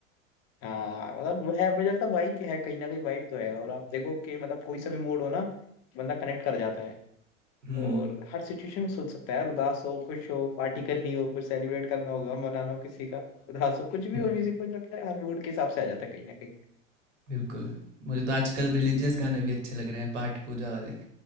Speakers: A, on the left; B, on the right.
A: हाँ मतलब वो है मुझे लगता है वाइब है कहीं ना कहीं वाइब तो है और आप देखो कि मतलब कोई सा भी मूड हो ना बंदा कनेक्ट कर जाता है
B: हम्म
A: और हर सिचुएशन में सोच सकता है यार उदास हो खुश हो पार्टी करनी हो कुछ सेलिब्रेट करना हो गम मनाना हो किसी का उदास हो कुछ भी
B: हम्म,
A: हो म्यूजिक मुझे लगता है हर मूड के हिसाब से आ जाता है कहीं ना कहीं
B: बिल्कुल मुझे तो आजकल रिलीजियस गाने भी अच्छे लग रहे हैं पाठ पूजा वाले